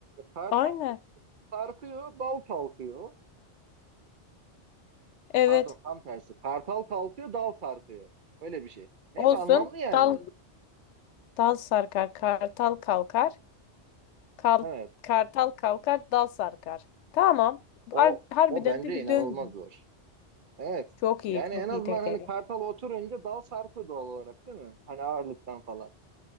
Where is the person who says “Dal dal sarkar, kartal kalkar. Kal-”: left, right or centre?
Left